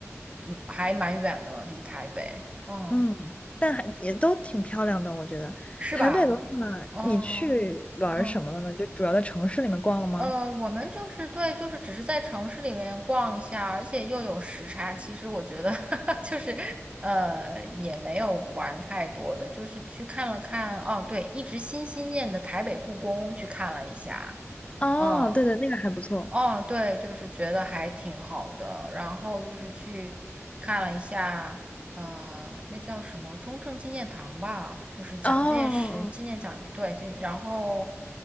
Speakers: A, on the right; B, on the left.
A: 嗯，还蛮远的，离台北，嗯，
B: 嗯，但还也都挺漂亮的，我觉得。
A: 是吧？
B: 台北的话，
A: 哦，
B: 你去玩儿什么了呢？
A: 嗯。
B: 就主要在城市里面逛了吗？
A: 嗯呃，我们就是对，就是只是在城市里面逛一下，而且又有时差。其实我觉得 <laughs> 就是呃，也没有玩太多的，就是去看了看。哦，对，一直心心念的台北故宫去看了一下。
B: 哦，
A: 嗯，
B: 对对，那个还不错。
A: 哦，对，就是觉得还挺好的。然后就是去看了一下，呃，那叫什么中正纪念堂吧，就是蒋介石纪念蒋，
B: 哦哦
A: 对，纪然后